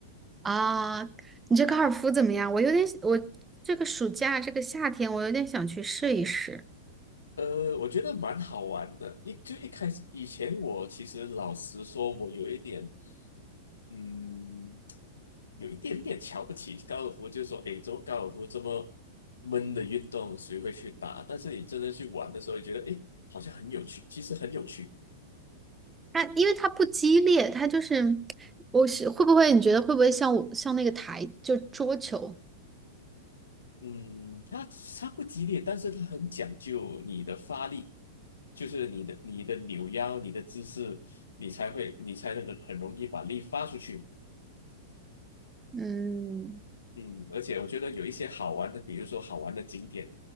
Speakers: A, on the right; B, on the left.
A: 啊，你这高尔夫怎么样？我有点，我这个暑假这个夏天，我有点想去试一试。
B: 呃，我觉得蛮好玩的。一就一开始以前，我其实老实说，我有一点，嗯，有一点点瞧不起高尔夫，就是说，诶，做高尔夫这么闷的运动，谁会去打？但是你真的去玩的时候，你觉得，诶，好像很有趣，其实很有趣。
A: 它因为它不激烈，它就是，我是会不会你觉得会不会像我像那个台就桌球，
B: 嗯，它它不激烈，但是它很讲究你的发力，就是你的你的扭腰、你的姿势，你才会你才能很容易把力发出去。
A: 嗯，
B: 嗯，而且我觉得有一些好玩的，比如说好玩的景点，